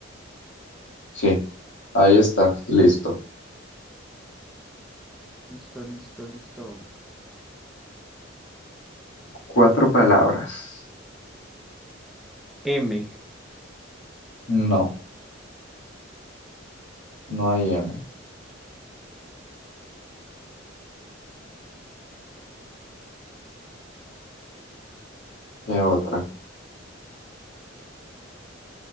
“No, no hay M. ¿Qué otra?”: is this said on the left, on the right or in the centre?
Left